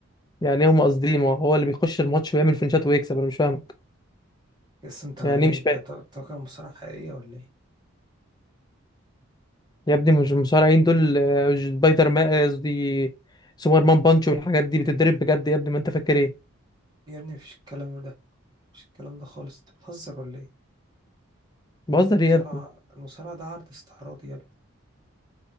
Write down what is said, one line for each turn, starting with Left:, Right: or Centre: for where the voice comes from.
Left: يعني إيه هم قاصدين ما هو اللي بيخش الماتش ويعمل فينشات ويكسب انا مش فاهمك
Right: بس انت ايه
Left: يعني إيه مش
Right: انت
Left: فاهم
Right: انت أنت فاكر المصارعة حقيقية ولا ايه
Left: يا ابني مش المصارعين دول آه، سبايدر مان آه، قصدي سوبر مان بانش والحاجات دي بتتدرب بجد يا ابني ما انت فاكر ايه
Right: يا ابني مفيش الكلام ده مش الكلام ده خالص انت بتهزر ولا ايه
Left: بهزر
Right: يا ابني المصارعة
Left: يا ابني
Right: المصارعة ده عرض استعراضي يا ابني